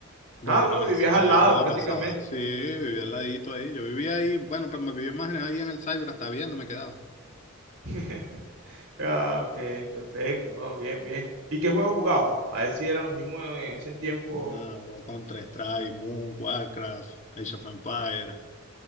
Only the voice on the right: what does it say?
Ah, no, vivías
al
lado
prácticamente.
<laughs> Ah, ok, perfecto, no, bien, bien. ¿Y qué juego jugabas? A ver si eran los mismos en ese tiempo.